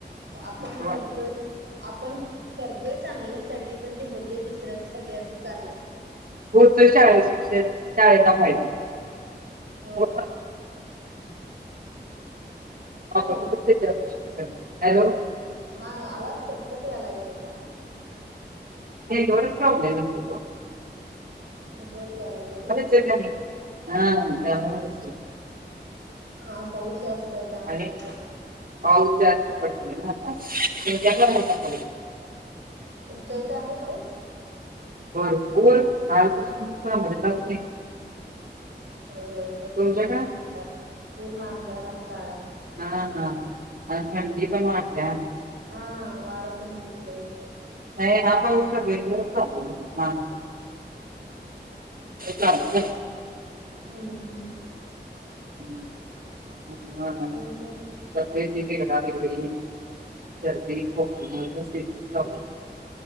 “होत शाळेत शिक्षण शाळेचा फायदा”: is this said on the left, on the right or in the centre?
Right